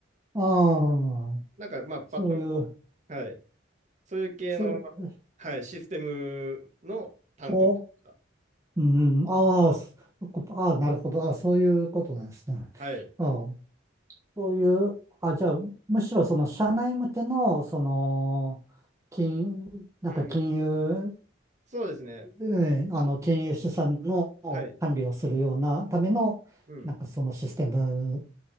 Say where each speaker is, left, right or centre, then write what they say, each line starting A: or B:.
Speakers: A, on the right (about 15°); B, on the right (about 40°).
A: ああ。
B: なんか、まあ、パッとこう、
A: そういう
B: はい。そういう系の、
A: それ、
B: はい、システムの担当とか。
A: お、うん、ああ、そそこああ、なるほど。ああ、そういうことなんですね。
B: はい。
A: ああ、そういう、あ、じゃあ、むしろその社内向けの、その、金、なんか金融、
B: うん。そうですね。
A: うん、あの、金融資産の管理をするようなための、
B: はい。うん。
A: なんかそのシステム